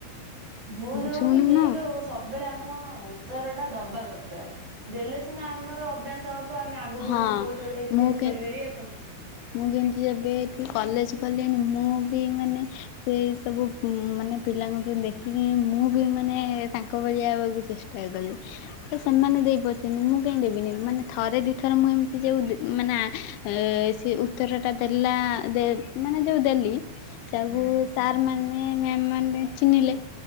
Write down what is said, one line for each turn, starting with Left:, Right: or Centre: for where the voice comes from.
Right: ଭୁଲ ହଉ
Left: ଶୁଣୁନୁ
Right: କି ଠିକ ହଉ ସବୁବେଳେ ଆମକୁ କଣ ଉତ୍ତର ଟା ଦବା ଦର କାର। ଦେଲେ ସିନା ଆମର ଅଭ୍ୟାସ ହବ ଆମେ ଆଗକୁ
Left: ହଁ
Right: ଯାଇଁକି କୋଉଠି ଗୋଟେ ଫେସ
Left: ମୁଁ କି
Right: କରିପାରିବା ସବ।
Left: ମୁଁ କିନ୍ତୁ ଯେମିତି ଯେବେ ଏଠୁ କଲେଜ ଗଲିଣି ମୁଁ ବି ମାନେ ସେ ସବୁ ମାନେ ପିଲାଙ୍କଠୁ ଦେଖିକି ମୁଁ ବି ମାନେ ତାଙ୍କ ଭଳିଆ ହବାକୁ ଚେଷ୍ଟା କଲି ସେ ସେମାନେ ଦେଇପାରୁଛନ୍ତି ମୁଁ କାହିଁ ଦେବିନି ମାନେ। ଥରେ ଦୁଇଥର ମୁଁ ଏମିତି ଯଉ ଦ ମାନେ ଆ ଏ ସେ ଉତ୍ତରଟା ଦେଲା ଦେ-ମାନେ ଯେଉଁ ଦେଲି। ସବୁ
Right: ହୁଁ
Left: ସାର୍ ମାନେ ମ୍ୟାମ ମାନେ ଚିହ୍ନିଲେ।